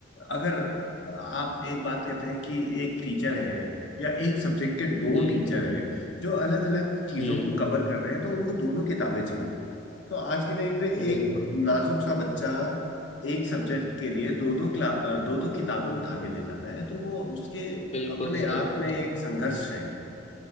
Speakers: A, on the left; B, on the left.
A: अगर आप एक बात कहते हैं कि एक टीचर है या एक सब्जेक्ट के दो
B: जी
A: टीचर हैं जो अलग अलग चीजों
B: हम्म
A: को कवर कर रहे हैं तो उनको दोनों किताबें चाहिए तो आज के टाइम पे
B: बिल्कुल
A: एक नाजुक सा बच्चा एक सब्जेक्ट के लिए दो दो क्ला दो दो किताबें उठा के ले जाता है तो वो उसके
B: बिल्कुल
A: अपने
B: सही
A: आप
B: बात
A: में एक
B: है
A: संघर्ष है